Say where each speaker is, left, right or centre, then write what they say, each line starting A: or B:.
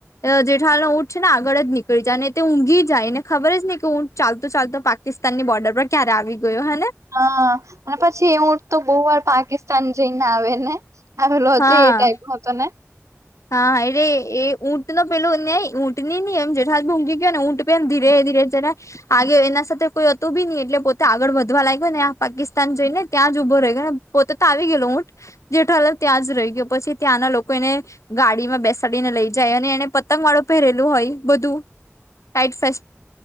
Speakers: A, on the left; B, on the right.
A: ને જેઠા ઉટ છેને. આગળ જ નીકળી જાય અને તે ઊંઘી જાય. એને ખબર જ નહી કે હું, ચાલતો, ચાલતો પાકિસ્તાનની બોર્ડર પર ક્યારે આવી ગયો હે ને
B: હા, અને પછી એવું, તો બહુ વાર પાકિસ્તાન જઈને આવે ને હ ભેલો
A: હા
B: હત, એ ટાઈપ ન હતો ને
A: હા, એ ર એ ઉટ નો પેલુ નય ઊટની નહિ, એમ જઠાથ ભ ઊઘી ગયો, ને ઊટ પે એમ ધીરે જ આગે એના સાથે કોઈ હતુ બી નહી. એટલે પોતે આગળ વધવા લાગ્યો ને પાકિસ્તાન જઈને ત્યાં ત્યાં જ ઉભો રહી ગયો, ને પોતે તો આવી ગયેલો હુંઠ જેઠાાલ ત્યાં જ રહી ગયો પછી, ત્યાંના લોકો એને ગાડીમાં બેસાડીને લઈ જાય, અને એને પતંગ વાળું પહેરેલું હોય, બધું ટઇટ ફે